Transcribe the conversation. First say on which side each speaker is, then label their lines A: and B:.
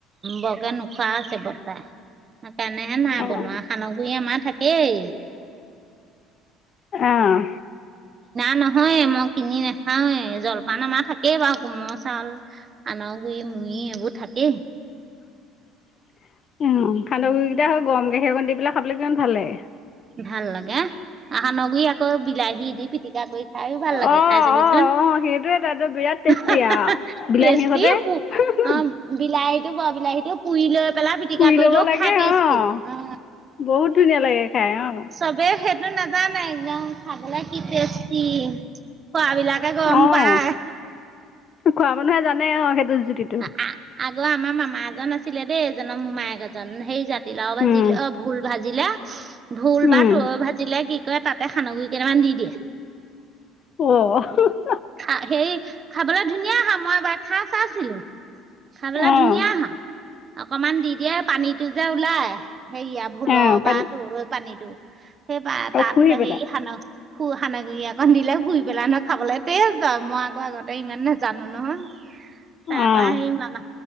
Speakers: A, on the right; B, on the left.
A: বৰকে নোখোৱা আছে বৰ্তাই সেইকাৰণে হে নাই
B: অঁ
A: বনোৱা, সান্দগুৰি আমাৰ থাকেই।
B: অঁ অঁ
A: নহয়েই মই কিনি নাখাওৱেই জলপান আমাৰ থাকেই বাৰু কোমল চাউল সানৰ গুৰি তুই এইবোৰ থাকেই।
B: <inaudible> উম সান্দ গুৰি কেইটা হয় গৰম গাখীৰ অকমান দি পেলাই খাবলৈ কিমান ভাল লাগে।
A: ভাল লাগে। সানগুৰি আকৌ বিলাহী দি পিটিকা কই‌ খাইয়ো ভাল লাগে।
B: অঁ
A: খাই চাবিচোন।
B: অঁ অঁ সেইটোৱে তাতো বিৰাট
A: <unintelligible>
B: টেষ্টি আৰু বিলাহীৰ
A: টেষ্টি
B: সৈতে
A: অঁ বিলাহীটো বৰ বিলাহীটো পুৰি লৈ পেলাই পিটিকা
B: পুৰি
A: কৰিলেও
B: ল'ব লাগে
A: খাই টেষ্টি
B: অ',
A: অঁ
B: বহুত ধুনীয়া লাগে খাই। অ',
A: চবেই সেইটো নাজানে। একদম খাবলে কি টেষ্টি খোৱাবলাকে গ'ম
B: অ',
A: পায়।
B: খোৱা মানুহে জানে অঁ সেইটো জ্যোতিটো
A: আ- আ- আগৰ আমাৰ মামা এজন আছিলে দেই, এইজনৰ মোমায়েক এজন সেই জাতিলাওঁ ভাজিল
B: উম,
A: অ ভোল ভাজি জিলে ভোল
B: উম,
A: বা তৈ ভাজিলে কি কই তাতে সান্দগুৰি কেইটামান দি দিয়ে।
B: ওৱ <unintelligible>
A: খা হেৰি খাবলৈ ধুনীয়া হা মই এবাৰ খা চাইছিলো। খাবলৈ
B: অ',
A: ধুনীয়া হয়, অকমান দি দিয়ে পানীটো যে ওলাই। সেৰিয়া ভুলৰ
B: অ', পানী
A: পৰা তোৰ পানীটো। <unintelligible>
B: অ', শুহি পেলাই
A: দিলে শুই পেলাই নহয় খাবলে। তে য মই আকৌ আগতে ইমান নেজানো নহয়। তাৰ
B: অ',
A: পৰা সেই মামা